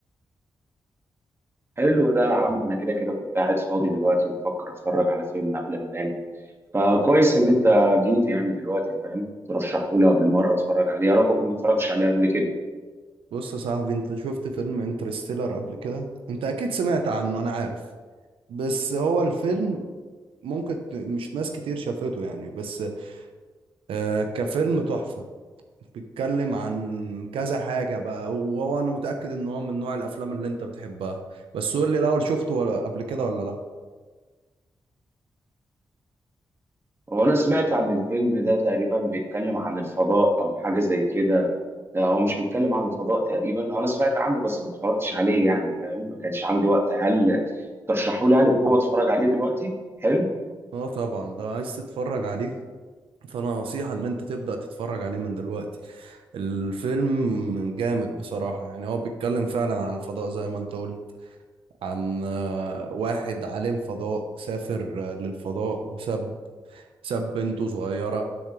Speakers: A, on the right (about 25°); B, on the right (about 85°).
A: حلو ده يا عم انا كده كده كنت قاعد فاضي دلوقتي وبفكر اتفرج على فيلم قبل ما انام فكويس ان انت جيت يعني دلوقتي فاهم ترشحهولي بالمره اتفرج عليه يا رب اكون ما اتفرجتش عليه قبل كده
B: بص يا صاحبي انت شفت فيلم انترستيلر قبل كده انت اكيد سمعت عنه انا عارف بس هو الفيلم ممكن ت- مش ناس كتير شافته يعني بس آه، كفيلم تحفة بيتكلم عن كذا حاجة بقى هو وأنا متأكد إن هو من نوع الأفلام اللي أنت بتحبها بس قول لي الأول شفته ولا قبل كده ولا لأ
A: هو انا سمعت عن الفيلم ده تقريبا بيتكلم عن الفضاء او حاجه زي كده لا، هو مش بيتكلم عن الفضاء تقريبا آه، انا سمعت عنه بس ما اتفرجتش عليه يعني فاهم ما كانش عندي وقت هل ترشحهولي يعني بقوه اتفرج عليه دلوقتي حلو
B: أه طبعا لو عايز تتفرج عليه فأنا نصيحة إن أنت تبدأ تتفرج عليه من دلوقتي الفيلم جامد بصراحة يعني هو بيتكلم فعلا عن الفضاء زي ما أنت قلت عن آه، واحد عالم فضاء سافر آه، للفضاء وساب ساب بنته صغيرة